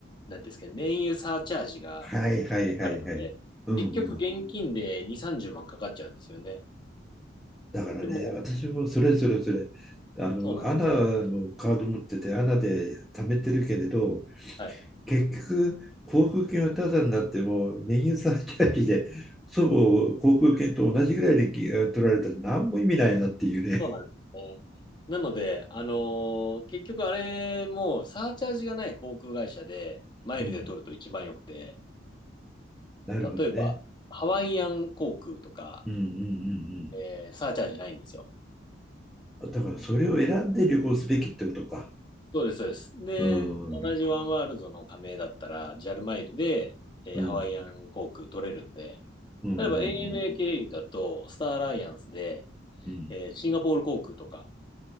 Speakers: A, on the left (about 25°); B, in the centre.
A: なんていうんですかね、燃油サーチャージがかかるので、
B: はいはいはいはい。うんうん
A: 結局現金で2、30万かかっちゃうんですよね。
B: だからね、
A: でも、
B: 私もそれそれそれ、あの、
A: そうなんですよ。
B: アナのカード持ってて、アナで貯めてるけれど、
A: はい。
B: 結局、航空券はタダになっても、燃油サーチャージで、祖母航空券と同じぐらいでき取られたら何も意味ないなっていうね。
A: そうなんですね。なので、あのー結局あれもサーチャージがない航空会社でマイルで取ると一番良くて、
B: うん、なるほどね。
A: 例えばハワイアン航空とか、
B: うんうんうん
A: えーサーチャージないんですよ。
B: うん。だからそれを選んで旅行すべきってことか。
A: そうです、そうです。で、
B: うん。うん
A: 同じワンワールドの加盟だったら、ジャルマイルで、えーハワイアン航空取れるんで、
B: うんうんう
A: 例えば ANA
B: ん
A: 経由だと、スターアライアンスで、
B: うん。
A: えーシンガポール航空とか